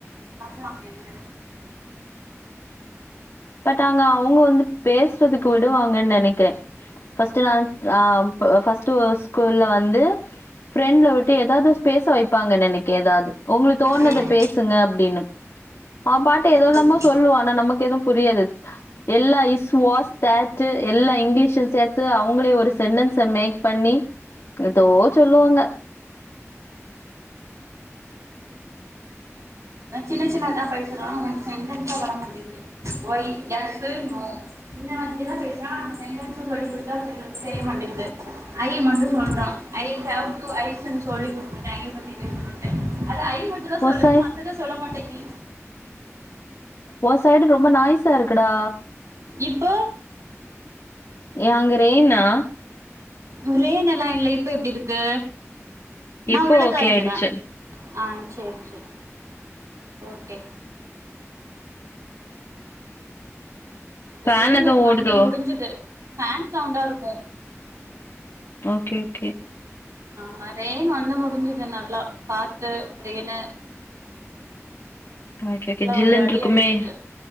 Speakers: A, on the right; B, on the left.
A: வரலா என்ன
B: பட் அங்க அவுங்க வந்து பேசுறதுக்கு விடுவாங்கன்னு நெனைக்கிறே ஃபஸ்ட் நா ஆ ஃபஸ்ட் ஸ்கூல்ல வந்து ஃப்ரெண்ட்ல விட்டு ஏதாவது பேச வைப்பாங்க நினைக்க ஏதாது உங்களுக்கு தோணத
A: ம்
B: பேசுங்க அப்டின்னு அவ பாட்டு எதலாமோ
A: ம்
B: சொல்லுவா ஆனா நமக்கு எதுவு புரியாது எல்லா இஸ் வாஸ் தேட் எல்லா இங்கிலீஷு சேர்த்து அவங்களே ஒரு சென்டன்ஸ மேக் பண்ணி ஏதோ சொல்லுவாங்க
A: சின்ன சின்னதா பேசுறா அவன்கு சென்டென்ஸ் தா வர மாட்டேங்து ஒய் எஸ் நோ இந்த மாதிரி தா பேசரா ஆனா சென்டன்ஸா சொல்லிகுடுத்தா தெரிய மாட்டேங்து ஐ மட்டு சொல்டா ஐ ஹேவ் டு ஐஸ்னு சொல்லிகுடுத்துட்டே ஐ பத்தி பேசமட்டே அது ஐ மட்டு தா சொல்லுது
B: ஓ சைட்
A: மத்தத சொல்ல மாட்டேக்கு
B: ஒ சைடு ரொம்ப நாய்ஸா இருக்குடா
A: இப்போ
B: ஏன்ங்க ரெய்னா
A: ஒரே நிலாம் இல்ல இப்ப எப்டி இருக்கு நா
B: இப்போ
A: உள்ளதா
B: ஓகே
A: இருக்குறே
B: ஆயிடுச்சு
A: ஆ செர் செர் ஓகே
B: ஃபேன்
A: ரேணு
B: எதுவு
A: வந்து
B: ஓடுதோ
A: முடிஞ்சுது ஃபேன் சவுண்டா இருக்கு
B: ஓகே ஓகே
A: ஆமா ரேயன் வந்த முடிஞ்சுதுனால ல்லா காத்து ரெய்னு
B: ஓகே
A: நல்லா
B: ஓகே ஜில்லுன்னு
A: ஒரு அடி
B: இருக்குமே
A: அடிச்சது